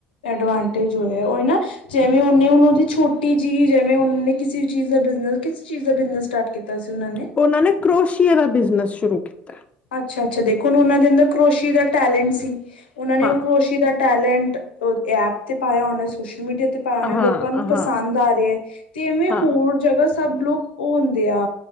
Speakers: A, on the left; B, on the left.
A: ਐਡਵਾਂਟੇਜ ਹੋਇਆ, ਉਹੀ ਨਾ ਜਿਵੇਂ ਉਹਨੇ ਹੁਣ ਉਹਦੀ ਛੋ ਛੋਟੀ ਜੀ ਜਿਵੇਂ ਉਹਨਾਂ ਨੇ ਕਿਸੇ ਚੀਜ਼ ਦਾ ਬਿਜ਼ਨਸ, ਕਿਸ ਚੀਜ਼ ਦਾ ਬਿਜਨਸ ਸਟਾਰਟ ਕੀਤਾ ਸੀ ਉਹਨਾਂ ਨੇ?
B: ਉਹਨਾਂ ਨੇ ਕਰੋਸ਼ੀਏ ਦਾ ਬਿਜ਼ਨਸ ਸ਼ੁਰੂ ਕੀਤਾ।
A: ਅੱਛਾ ਅੱਛਾ ਦੇਖੋ ਉਹਨਾਂ ਦੇ ਅੰਦਰ ਕਰੋਸ਼ੀਏ ਦਾ ਟੈਲੈਂਟ ਸੀ। ਉਹਨਾਂ ਨੇ
B: ਹਾਂ
A: ਉਹ ਕਰੋਸ਼ੀਏ ਦਾ ਟੈਲੈਂਟ ਉਹ ਐਪ ਤੇ ਪਾਇਆ, ਉਹਨਾਂ ਸੋਸ਼ਲ ਮੀਡੀਆ ਤੇ ਪਾਇਆ
B: ਹਾਂ
A: ਲੋਕਾਂ ਨੂੰ
B: ਹਾਂ
A: ਪਸੰਦ ਆ ਰਿਹਾ ਏ ਤੇ ਇਵੇਂ
B: ਹਾਂ
A: ਹੋਰ ਜਗ੍ਹਾ ਸਭ ਲੋਕ ਉਹ ਹੁੰਦੇ ਆ